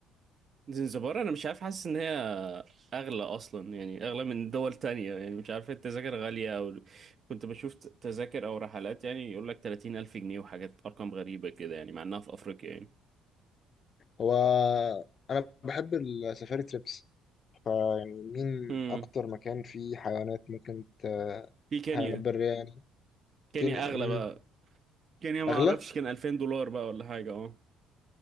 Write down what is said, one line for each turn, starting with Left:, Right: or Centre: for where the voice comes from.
Right: زنزبار انا مش عارف حاسس ان هي اغلى اصلا يعني اغلى من دول تانية يعني مش عارف التذاكر غالية او كنت بشوف ت- تذاكر او رحلات يعني يقول لك 30 الف جنيه وحاجات ارقام غريبة كده يعني مع انها في افريقيا يعني
Left: هو انا بحب السفاري تريبس فيعني مين
Right: امم
Left: أكتر مكان فيه حيوانات ممكن ت...
Right: في كينيا
Left: حيوانات برية يعني
Right: كينيا
Left: كينيا
Right: اغلى
Left: مم.
Right: بقى كينيا ما
Left: أغلى
Right: اعرفش كان 2000 دولار بقى ولا حاجة اه